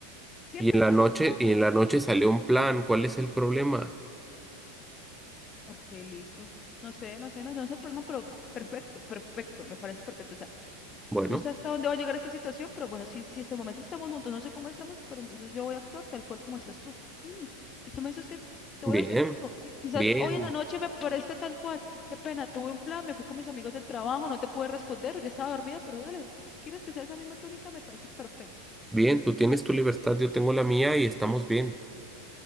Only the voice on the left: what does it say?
Siempre
estás
ocupado.
Ok, listo. No sé, no sé, no, no es el problema, pero perfecto, perfecto, me parece perfecto. O sea,
no sé hasta dónde va a llegar esta situación, pero bueno, si, si hasta el momento estamos juntos, no sé cómo estamos, pero entonces yo voy a actuar tal cual como estás tú mismo. Si tú me dices que te
voy a decir lo mismo, sí, quizás
hoy en la noche me parezca tal cual. Qué pena, tuve un plan, me fui con mis amigos del trabajo, no te pude responder, yo estaba dormida, pero dale, si tú quieres que sea esa misma tónica, me parece perfecto.